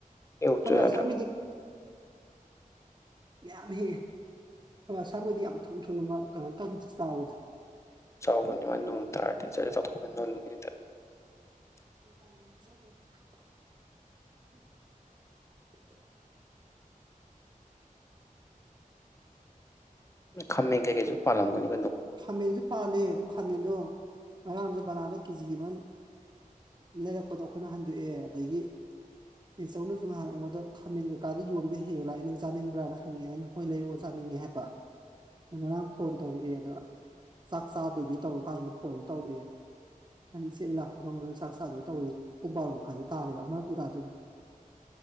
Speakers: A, on the left; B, on the right.
A: ꯍꯦꯛꯎꯆꯣ
B: ꯍꯦꯛꯎꯆꯨ
A: ꯌꯥꯗ꯭ꯔꯥ
B: ꯌꯗꯔꯥ ꯃꯌꯥꯝ ꯍꯦꯛꯑꯦ ꯍꯣꯏ ꯁꯥꯥ ꯃꯣꯏꯗꯤ ꯌꯥꯝ ꯊꯨ ꯊꯨꯅ ꯀꯩꯅ ꯇꯧ ꯆꯥꯎꯋꯤꯗ
A: ꯆꯥꯎꯕꯅꯤ ꯃꯥꯅ ꯅꯣꯡ ꯇꯥꯔꯗꯤ ꯖꯔ ꯆꯠꯊꯣꯛꯄꯅꯤ ꯅꯣꯡ ꯇ <unintelligible>
B: ꯍꯥꯏ <unintelligible>
A: ꯈꯝꯃꯦꯟ ꯀꯩꯀꯩꯁꯨ ꯄꯂꯂꯝꯒꯅꯤ
B: ꯈꯥꯃꯦꯟꯁꯨ ꯄꯥꯜꯂꯦ ꯑꯗꯨ ꯈꯥꯃꯦꯟꯗꯣ ꯉꯔꯥꯡꯁꯨ ꯕꯂꯥꯅ ꯀꯦꯖꯤ ꯑꯃ ꯂꯩꯔꯛꯄꯗꯣ ꯑꯩꯈꯣꯏꯅ ꯍꯟꯗꯣꯛꯑꯦ ꯑꯗꯒꯤ ꯏꯆꯧꯅꯁꯨ ꯉꯍꯥꯟ ꯑꯩꯉꯣꯟꯗ ꯈꯥꯃꯦꯟ ꯀꯩꯀꯥꯗ ꯌꯣꯟꯕ ꯍꯦꯛꯂ ꯂꯥꯛꯑꯦ ꯅꯪ ꯆꯥꯅꯤꯡꯕ꯭ꯔꯥꯅ ꯍꯪꯅꯤꯡꯑꯦ ꯑꯩꯅ ꯍꯣꯏ ꯂꯩꯔꯛꯑꯣ ꯆꯥꯅꯤꯡꯉꯦ ꯍꯥꯏꯕ ꯅ ꯉꯔꯥꯡ ꯐꯣꯟ ꯇꯧꯔꯛꯑꯦ ꯑꯗꯣ ꯆꯥꯛ ꯆꯥꯗꯨꯒꯤ ꯇꯧꯔ ꯀꯥꯟꯗꯨꯗ ꯐꯣꯟꯗꯣ ꯇꯧꯔꯛꯑꯦ ꯑꯩꯅ ꯏꯆꯦ ꯑꯩ ꯂꯥꯛꯄ ꯉꯝꯕꯅꯤ ꯆꯥꯛ ꯆꯥꯗꯨꯒꯤ ꯇꯧꯔ ꯄꯨꯡ ꯕꯥꯔꯣ ꯃꯈꯥꯏꯗ ꯇꯥꯔꯦꯕ ꯑꯃꯄꯨ ꯇꯥꯗꯣꯔꯦ